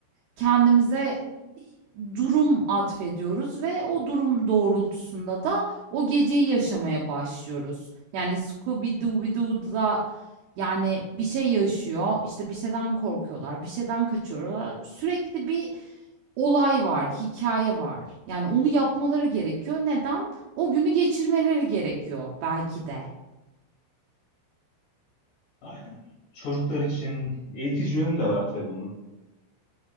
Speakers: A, on the right; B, on the left.
A: Kendimize durum atfediyoruz ve o durum doğrultusunda da o geceyi yaşamaya başlıyoruz. Yani Scooby-Dooby-Doo'da, yani bir şey yaşıyor, işte, bir şeyden korkuyorlar, bir şeyden kaçıyorlar. Sürekli bir olay var, hikaye var. Yani onu yapmaları gerekiyor. Neden? O günü geçirmeleri gerekiyor belki de.
B: Aynen. Çocuklar için eğitici yönü de var tabii bunun.